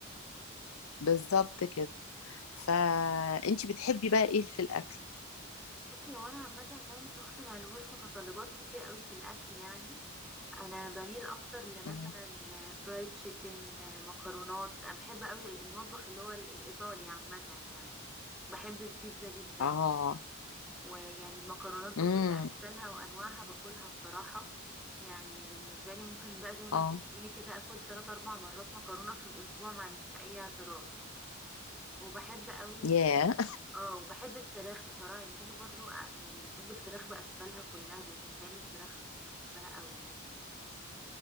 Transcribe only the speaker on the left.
بالظبط كده فانتي بتحبي بقى ايه في الاكل
مم.
اه
امم
اه
ياه